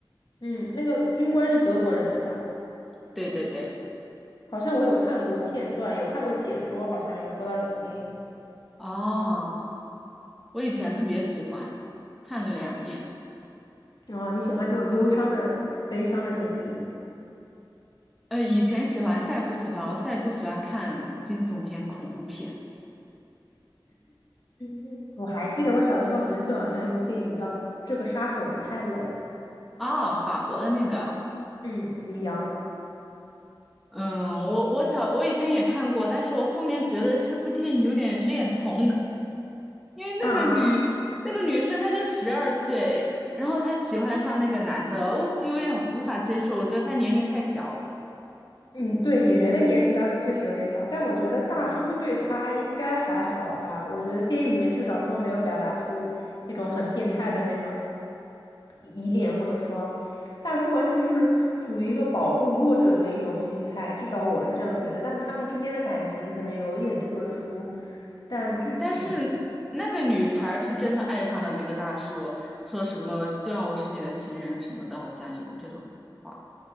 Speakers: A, on the left (about 55°); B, in the centre.
A: 嗯，那个军官是德国人，对吧？
B: 对对对，
A: 好像我有看过片段，有看过解说，好像有说到这部电影。
B: 哦，我以前特别喜欢，看了两遍。
A: 哦，你喜欢这种忧伤的、悲伤的结局？
B: 呃，以前喜欢，现在不喜欢。我现在就喜欢看惊悚片、恐怖片
A: 嗯嗯，我还记得我小的时候很喜欢看一部电影叫《这个杀手不太冷》。
B: 啊，法国的那个。
A: 嗯，凉
B: 嗯，我我小我以前也看过，但是我后面觉得这部电影有点恋童，<laughs> 因为那个女那个女生她就十二岁，
A: 啊，
B: 然后她喜欢上那个男的，我有点无法接受，我觉得她年龄太小了。
A: 嗯，对，演员的年龄当时确实有点小，但我觉得大叔对他应该还好吧。
B: 嗯
A: 我觉得电影里面至少说没有表达出那种很变态的那种
B: 嗯。
A: 依恋，或者说大叔完全就是处于一个保护弱者的一种心态，至少我是这样觉得。但他们之间的感情可能有一点特殊，但具体，
B: 但是那个女孩是真的爱上了那个大叔，说什么希望我是你的情人什么的，好像有这种话，